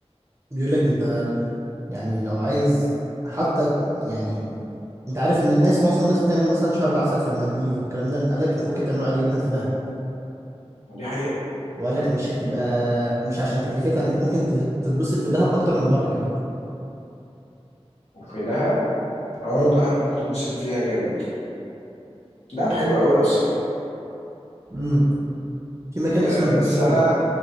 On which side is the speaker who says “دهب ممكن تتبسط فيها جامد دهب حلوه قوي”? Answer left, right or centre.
Left